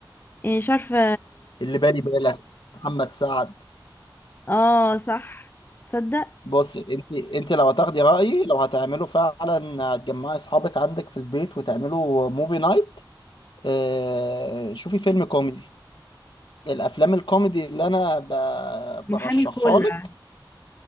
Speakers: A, on the left; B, on the left.
A: إيه مش عارفه
B: اللي بالي بالك محمد سعد
A: اه صح تصدق
B: بص انت انت لو هتاخدي رايي لو هتعمله فعلا هتجمعي اصحابك عندك في البيت وتعملوا موفي نايت اه شوفي فيلم كوميدي الافلام الكوميدي اللي انا ب-
A: محامي
B: برشحها
A: كولا
B: لك